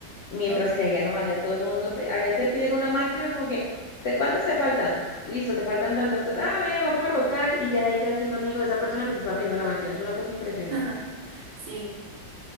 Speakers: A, on the left (about 75°); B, on the right (about 80°).
A: Mientras
B: Ok,
A: que allá no, allá todo el mundo te, allá te piden una máquina como que, ¿te, cuántas te faltan? Listo, te faltan tantas. Entonces, ah, ve, vamos a rotar y ya de ahí quedas siendo amigo de esa persona que te está pidiendo la máquina. Es una cosa impresionante.
B: <laughs> sí.